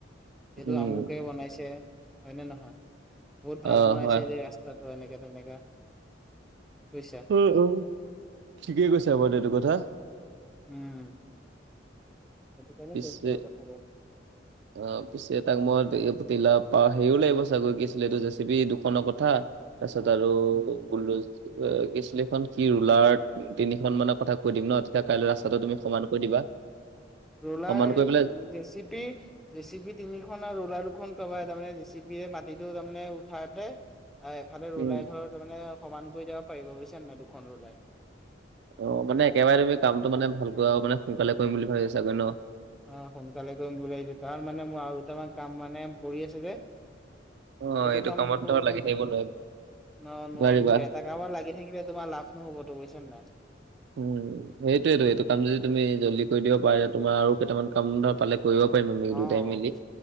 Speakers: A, in the centre; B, on the right.
A: এইটো
B: উম
A: আমুকে বনাইছে হয় নে নহয় বহুত ভাল
B: অ
A: বনাইছে
B: হয়
A: এই ৰাচ এনেকাে তেনেকা বুইছা।
B: উম-উম ঠিকেই কৈছা বাৰ সেইটো কথা।
A: উম, সেইটো কাৰণে
B: পিছে
A: কৈছো আৰু দেখা যাওক <unintelligible>
B: অ, পিছে তাক মই তিলা পা হেৰিও লাগিব চাগৈ কি অছিলে এইটো জেচিপি দুখনৰ কথা। তাৰপাছত আৰু
A: উম
B: ব্লো কি আছিলে সেইখন কি ৰুলাৰ তিনিখন মানৰ কথা কৈ দিম ন। এতিয়া কাইলৈ ৰাস্তাটো তুমি সমান কৈ দিবা।
A: ৰোলাই,
B: সমান কৰি পেলাই
A: জে চি পি ৰেচিপি তিনিখন আৰু ৰোলা দুখন কবা তাৰমানে ৰেচিপিৰে মাটিটো তাৰমানে উঠাওতে আ এফালে
B: উম
A: ৰুলাই ধৰ তাৰ মানে সমান কৰি যাব পাৰিব বুজিছা নাই দুখন ৰুলাই।
B: অ, মানে একেবাৰে তুমি কামটো মানে ভালকৈ আৰু মানে সোনকালে কৰিম বুলি ভাবিছ চাগৈ ন।
A: অ, সোনকালে কৰিম বুলি লিছো কাৰণ মানে মোৰ আৰু দুটামান কাম মানে পৰি আছে যে। এইটো
B: অ এইটো
A: কাম
B: কামত
A: <unintelligible>
B: ধৰ লাগি থাকিব নোৱাৰি
A: ন নোৱাৰিম
B: নোৱাৰিবা
A: তো, এটা কামত লাগি থাকিলে তোমাৰ লাভ নহবত বুইছা নাই?
B: উম। সেইটয়েতো, এইটো কাম যদি তুমি জল্দি কৰি দিব পাৰা তোমাৰ আৰু কেইটামান কাম ধৰা পালে কৰিব পাৰি আমি দুটাই
A: অ
B: মিলি।